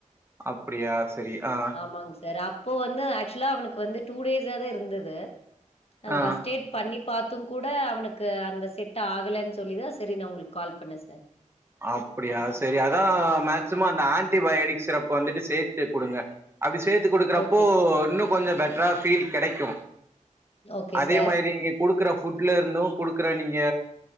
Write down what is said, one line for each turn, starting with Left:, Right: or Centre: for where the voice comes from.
Right: அப்டியா செரி ஆ அ
Left: ஆமாங்க சார் அப்போ வந்து ஆக்சுவலா அவனுக்கு வந்து டூ டேஸா தா இருந்தது நாங்க
Right: ஆ
Left: ஃபர்ஸ்ட் எய்ட் பண்ணி பாத்துங் கூட அவனுக்கு அந்த செட் ஆகலேன்னு சொல்லிதா சி செரி நா உங்களுக்கு கால் பண்ணே சார்
Right: அப்புடியா செரி அதா
Left: ஆமாமா.
Right: மாக்சிமோ அந்த ஆன்டி பயாட்டிக் சிரப்ப வந்துட்டு சேத்து குடுங்க அப்டி சேத்து குடுக்குறப்போ
Left: ஓகே சார்.
Right: இன்னு கொஞ்ச பெட்டரா ஃபீல் கெடைக்கு
Left: ஓகே
Right: அதே
Left: சார்.
Right: மாதிரி இங்கக் குடுக்குற ஃபுட்ல இருந்தும் குடுக்குற நீங்க